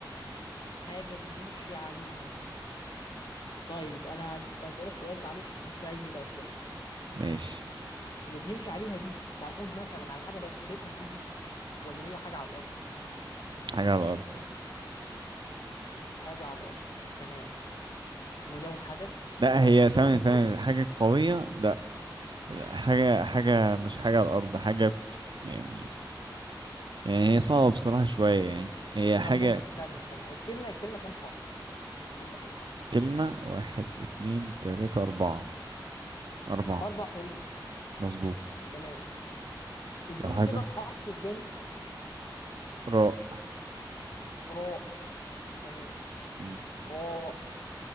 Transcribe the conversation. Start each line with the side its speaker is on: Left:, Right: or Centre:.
Left: حاجة بنمشي عليها طيب انا هد- هسألك سؤال معلش وتساعدني بقى شوية
Right: ماشي
Left: اللي بنمشي عليها دي تعود مثلا على حاجة بلبسها في رجلي ولا هي حاجة على الارض
Right: حاجة على الأرض
Left: حاجة على الارض تمام ولو حذفت
Right: لا
Left: حذفت
Right: هي ثانية
Left: طب الك...
Right: ثانية حاجة قوية لا لا، حاجة حاجة مش حاجة على الأرض حاجة في يعني يعني هي صعبة بصراحة شوية يعني هي حاجة
Left: طب ماشي استنى استنى الكلمة الكلمة كام حرف الكلمة كام حرف
Right: كلمة واحد اتنين تلاتة أربعة أربعة
Left: اربع حروف
Right: مظبوط
Left: تمام اديني
Right: لو حاجة
Left: كده الحرف الثاني
Right: راء
Left: راء تمام
Right: مم.
Left: راء